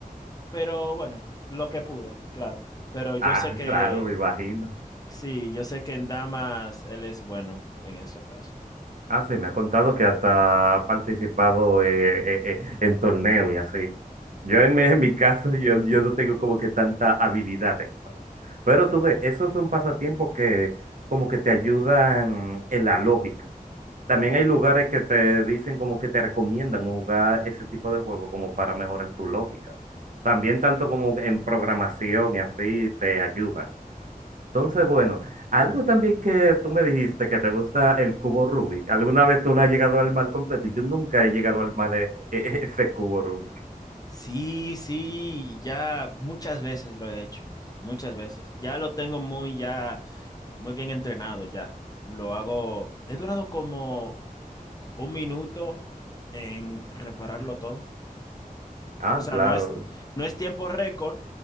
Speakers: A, on the left; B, on the right.
A: pero bueno, lo que pude, claro. Pero yo
B: Ah,
A: sé que
B: claro, me imagino.
A: Sí, yo sé que en damas él es bueno en ese caso.
B: Ah, sí, me ha contado que hasta ha participado eh, eh, eh, en torneos y así. Yo en mi, en mi caso, yo, yo no tengo como que tanta habilidad en esa parte. Pero tú ves, eso es un pasatiempo que como que te ayuda en en la lógica. También hay lugares que te dicen como que te recomiendan jugar ese tipo de juego como para mejorar tu lógica. También tanto como en programación y así te ayudan. Entonces, bueno, algo también que tú me dijiste que te gusta el cubo Rubik. ¿Alguna vez tú lo has llegado al mal completo? Yo nunca he llegado al mal eh, <laughs> ese cubo Rubik.
A: Sí, sí, ya muchas veces lo he hecho, muchas veces. Ya lo tengo muy, ya, muy bien entrenado ya. Lo hago, he durado como un minuto en repararlo todo.
B: Ah,
A: O sea,
B: claro.
A: no es, no es tiempo récord,